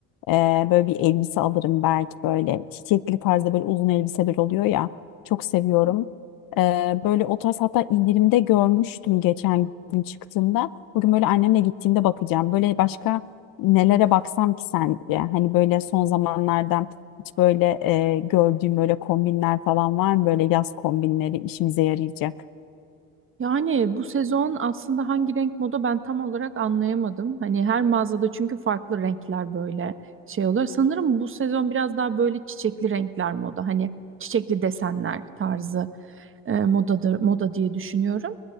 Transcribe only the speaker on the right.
Yani bu sezon aslında hangi renk moda ben tam olarak anlayamadım. Hani her mağazada çünkü farklı renkler böyle şey oluyor. Sanırım bu sezon biraz daha böyle çiçekli renkler moda. Hani çiçekli desenler tarzı e, modadır, moda diye düşünüyorum.